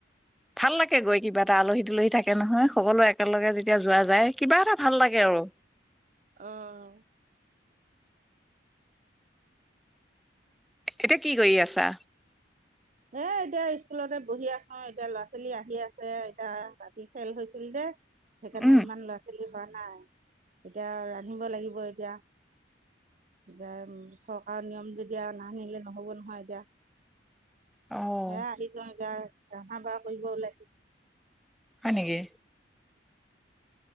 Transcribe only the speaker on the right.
অ'
হে এতিয়া ইস্কুলতে বহি আছোঁ এতিয়া ল'ৰা ছোৱালী আহি আছে এতিয়া বাতি খেল হৈছিল দে! সেইকাৰণে
ইমান ল'ৰা ছোৱালী <inaudible> হোৱা নাই? এতিয়া ৰান্ধিব লাগিব এতিয়া-এতিয়া চৰকাৰৰ নিয়ম যেতিয়া, নাৰান্ধিলে নহ'ব নহয় এতিয়া।
হে আহিযোৱা গাৰ। অঃ হ বাপহৈ গৌলে।